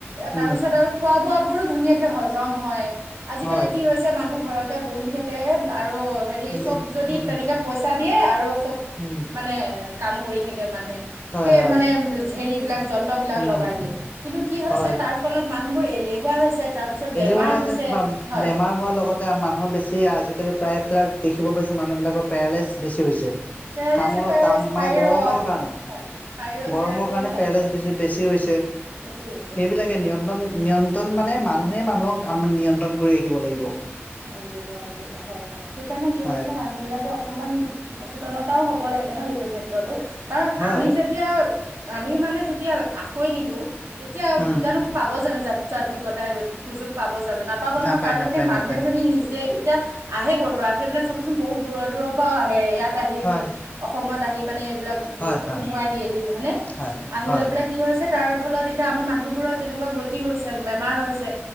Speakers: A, on the left; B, on the right.
A: উম
B: তাৰ পিছত আৰু খোৱা বোৱ বোৰো ধুনীয়াকে হজম হয় আজিকালি
A: হয়
B: কি পছে মানুহ ঘৰতে বহি থাকে আৰু হেৰি
A: এলে
B: চব যদি
A: উম
B: তেনেকে পইচা দিয়ে আৰু চব
A: উম।
B: মানে কাম কৰি থাকে মানে
A: হয়
B: সেই
A: হয়
B: মানে হেৰি বিলাক যন্ত্ৰ বিলাক
A: উম
B: লগাই দিয়ে কিন্তু কি হৈছে
A: হয়
B: তাৰ ফলত মানুহবোৰ এলেহুৱা হৈছে তাৰ পিছত
A: এলেহুৱা
B: বেমাৰ
A: হৈছে যে
B: হয়।
A: বেমাৰ হ হোৱাৰ লগতে মানুহৰ বেছি আজিকালি প্ৰায়বিলাক দেখিব পাইছো মানুহবিলাকৰ পেৰালাইচ বেছি হৈছে
B: পেৰালাইচিছ
A: কামৰ
B: পেৰালাইচিছ
A: কাম
B: থাইৰড
A: মানে গৰমৰ কাৰণে
B: হয় থাইৰড
A: গৰমৰ
B: চাইৰড
A: কাৰণে
B: এইবিলাকো
A: পেৰেলেছ বেছি বেছি হৈছে
B: বেছি হৈছে
A: সেইবিলাকে
B: হয়।
A: নিয়ন্ত্ৰণ নিয়ন্ত্ৰণ মানে মানুহে মানুহক আম নিয়ন্ত্ৰণ কৰি ৰাখিব লাগিব।
B: এ দিব লাগিব হয়, হয় সেইকাৰণে কি
A: হয়
B: হৈছে মানুহ বিলাকে অকণমান সচেতনতাও হ'ব লাগে ন এইটো ক্ষেত্ৰতো কাৰণ
A: হয়
B: আমি যে এতিয়া আমি মানে যেতিয়া আখৈ নিদিওঁ তেতিয়া
A: উম
B: জানো পাব জানো যা যান্ত্ৰিকতাৰ সুযোগ পাব জানো নাপাব নহয়
A: নাপায়
B: কাৰণ
A: নাপায়
B: যদি মাক
A: নাপায়
B: আপুনি নিজে এতিয়া আহে কৰ'ৰ পৰা সেইবিলাক চাবচোন বহুত দূৰ দূৰৰ পৰাও আহে ইয়াত আহি
A: হয়
B: অসমত আহি মানে এইবিলাক
A: হয়
B: বস্তু
A: হয়
B: সোমোৱাই দিয়েহি হয়নে
A: হয়
B: আহি
A: হয়
B: লৈ পেলাই কি হৈছে তাৰ ফলত এতিয়া আমাৰ মানুহবোৰত তেনেকুৱা গতি হৈছে বেমাৰ হৈছে